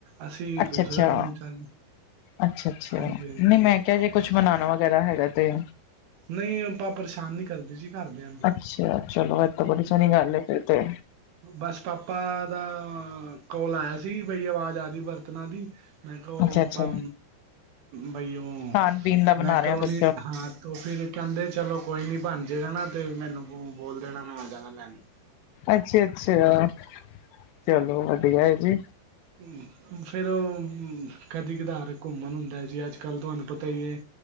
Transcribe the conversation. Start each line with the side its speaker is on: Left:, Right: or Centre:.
Right: ਅਸੀਂ
Left: ਅੱਛਾ,
Right: ਦੂਸਰੇ
Left: ਅੱਛਾ,
Right: ਰੂਮ ਚ ਹਾਂ।
Left: ਅੱਛਾ, ਅੱਛਾ
Right: ਹਾਂਜੀ ਹਾਂਜੀ
Left: ਨਹੀਂ ਮੈਂ ਕਿਹਾ ਜੇ, ਕੁੱਛ ਬਣਾਨ ਵਗੈਰਾ ਹੈਗਾ ਤੇ।
Right: ਨਹੀਂ ਆਪਾਂ ਪਰੇਸ਼ਾਨ ਨੀ ਕਰਦੇ ਜੀ ਘਰਦਿਆਂ ਨੂੰ
Left: ਅੱਛਾ! ਚਲੋ ਇਹ ਤਾਂ ਬੜੀ ਸੋਹਣੀ ਗੱਲ ਏ ਫੇਰ। ਅਤੇ।
Right: ਬਾੱਸ ਪਾਪਾ ਦਾ‌ ਕੋਲ ਆਏਆ ਸੀ ਬਈ ਅਵਾਜ਼ ਆ ਰੀ ਬਰਤਨਾ ਦੀ। ਮੈਂ <unintelligible> ਓ
Left: ਅੱਛਾ
Right: ਅਪਾਂ
Left: ਅੱਛਾ
Right: ਬਈ ਓ
Left: ਖਾਣ ਪੀਣ ਦਾ ਬਣਾ
Right: ਮੈਕਰੋਨੀ,
Left: ਰਹੇ ਹੋ ਕੁਛ
Right: ਹਾਂ ਤੋ ਫਿਰ ਕੈੰਦੇ ਚਲੋ ਕੋਈ ਨੀ ਬਾੱਨ ਜੇਗਾ ਨਾ ਤੇ ਮੈਨੂੰ ਬੋਲ ਦੇਨਾ ਮੈਂ ਆ ਜਾਗਾ ਲੈਨ।
Left: ਅੱਛਾ-ਅੱਛਾ, ਚਲੋ ਵਦੀਆ ਏ ਜੀ।
Right: ਹੂੰ। ਫਿਰ ਔ ਕਦੀ -ਕਦਾਰ ਘੁੰਮਣ ਹੁੰਦਾ ਹੈ ਜੀ। ਅੱਜਕੱਲ੍ਹ ਤੁਹਾਨੂੰ ਪਤਾ ਹੀ ਹੈ।